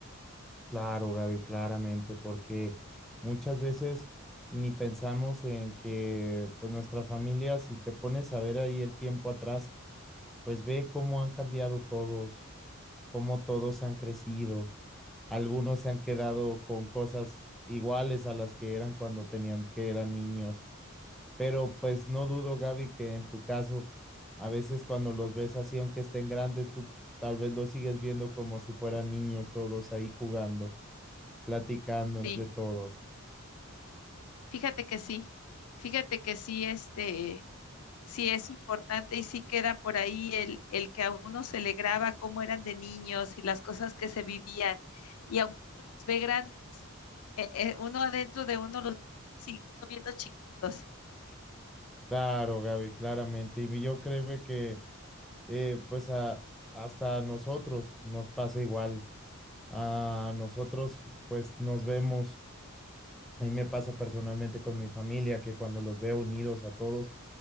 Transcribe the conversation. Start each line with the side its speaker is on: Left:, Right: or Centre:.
Centre: Claro, Gaby, claramente, porque muchas veces ni pensamos en que pues nuestra familia, si te pones a ver ahí el tiempo atrás, pues ve cómo han cambiado todos, cómo todos han crecido. Algunos se han quedado con cosas iguales a las que eran cuando tenían que eran niños Pero pues no dudo, Gaby, que en tu caso, a veces cuando los ves así, aunque estén grandes, tú tal vez los sigues viendo como si fueran niños todos ahí jugando, platicando entre
Left: Sí,
Centre: todos.
Left: fíjate que sí. Fíjate que sí, este, sí es importante y sí queda por ahí el, el que a uno se le graba cómo eran de niños y las cosas que se vivían. Y aunque uno los ve grandes, eh, eh, uno adentro de uno los sigue viendo chiquitos.
Centre: Claro, Gaby, claramente. Y yo creo que eh, pues a, hasta a nosotros nos pasa igual. A nosotros pues nos vemos A mí me pasa personalmente con mi familia que cuando los veo unidos a todos